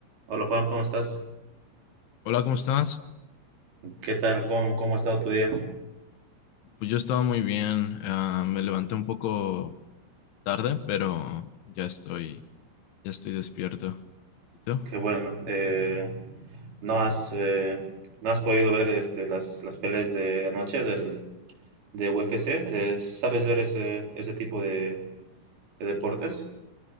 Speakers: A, on the right; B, on the left.
A: Hola Juan, ¿cómo estás?
B: Hola, ¿cómo estás?
A: ¿Qué tal? ¿Cómo, cómo ha estado tu día?
B: Pues yo estaba muy bien. ah, me levanté un poco tarde, pero ya estoy, ya estoy despierto. ¿Y tú?
A: Qué bueno. eh, ¿no has, eh, no has podido ver este, las, las peleas de anoche del, de UFC? Eh, ¿sabes ver ese, ese tipo de, de deportes?